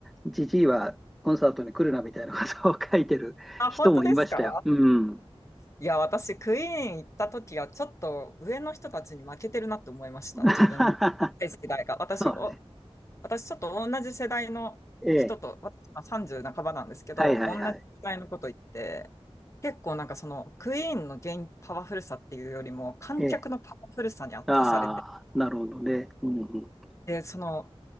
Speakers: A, in the centre; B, on the left.
A: う、じじいはコンサートに来るなみたいなことを書いてる人もいましたよ。
B: あ本当ですか
A: うん。
B: いや、私、クイーン行った時は、ちょっと上の人たちに負けてるなって思いました。
A: <laughs>
B: 自分の若い世代が。私、
A: そうね。
B: お私ちょっと同じ世代の人と、
A: ええ。
B: 私今30半ばなんですけど、
A: はいはいはい。
B: 同じ世代のこと言って、結構なんかそのクイーンの現パワフルさっていうよりも観客のパワフルさに圧倒されて、
A: ええ。ああ、なるほどね。うんうん。
B: で、その